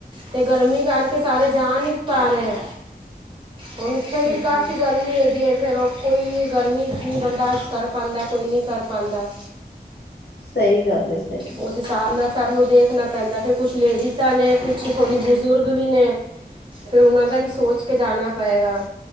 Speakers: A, on the right; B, on the left.
A: ਤੇ ਗਰਮੀ ਕਰਕੇ ਸਾਰੇ ਜਾ ਨੀ ਪਾ ਰਏ।
B: <unintelligible>
A: ਹੁਣ ਉਥੇ
B: ਹੂੰ
A: ਵੀ ਕਾਫ਼ੀ
B: ਹੂੰ
A: ਗਰਮੀ ਗਰਮੀ ਹੈਗੀ ਹੈ ਫਿਰ ਉਹ ਕੋਈ ਗਰਮੀ ਇੰਨੀ ਬਰਦਾਸ਼ਤ ਕਰ ਪਾਉਂਦਾ ਕੋਈ ਨਹੀਂ ਕਰ ਪਾਉਂਦਾ
B: ਸਹੀ ਗੱਲ ਏ ਸਹੀ
A: ਉਸ ਹਿਸਾਬ ਨਾਲ ਸਭ ਨੂੰ ਦੇਖਣਾ ਪੈਂਦਾ ਫਿਰ ਕੁਛ ਲੇਡੀਜ਼ਾਂ ਨੇ ਕੁਛ ਥੋੜੀ ਬਜ਼ੁਰਗ ਵੀ ਨੇ ਫਿਰ ਉਹਨਾਂ ਦਾ ਵੀ ਸੋਚ ਕੇ ਜਾਣਾ ਪਏਗਾ